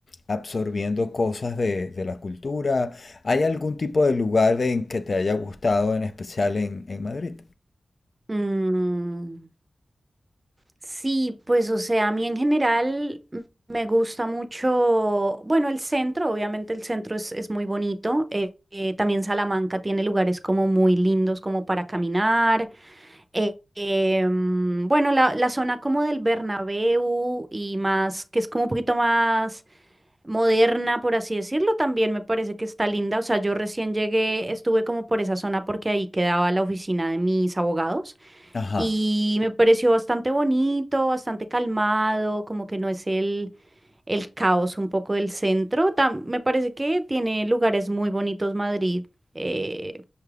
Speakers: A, on the left; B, on the right.
A: absorbiendo cosas de, de la cultura. ¿Hay algún tipo de lugar en que te haya gustado en especial en, en Madrid?
B: Mm, sí, pues o sea, a mí en general m- me gusta mucho, bueno, el centro, obviamente el centro es, es muy bonito. eh, eh, también Salamanca tiene lugares como muy lindos como para caminar. eh, em, bueno, la, la zona como del Bernabéu y más, que es como un poquito más moderna, por así decirlo, también me parece que está linda. O sea, yo recién llegué, estuve como por esa zona porque ahí quedaba la oficina de mis abogados
A: Ajá.
B: y me pareció bastante bonito, bastante calmado, como que no es el, el caos un poco del centro. Tam- me parece que tiene lugares muy bonitos Madrid. Eh,